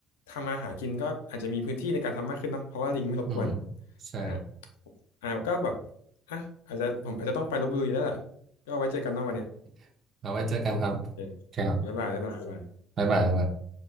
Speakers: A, on the left; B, on the right.
A: ทำมาหากินก็อาจจะมีพื้นที่ในการทำมากขึ้นเนาะเพราะว่าลิงไม่รบกวน
B: อืมใช่
A: อ่าอ่าก็แบบอ่ะอาจจะผมอาจจะต้องไปลพบุรีแล้วแหละก็ไว้เจอกันเนอกวันเนี้ย
B: <laughs> เอาไว้เจอกันครับโอเคครับ
A: โอเคบ๊ายบายบ๊ายบายบ๊ายบาย
B: บ๊ายบายบ๊ายบาย